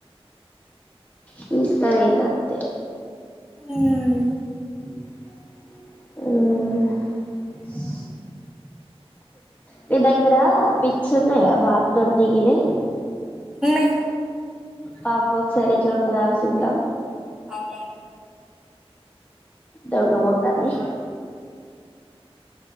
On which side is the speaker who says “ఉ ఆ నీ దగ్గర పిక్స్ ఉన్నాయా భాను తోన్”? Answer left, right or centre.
Left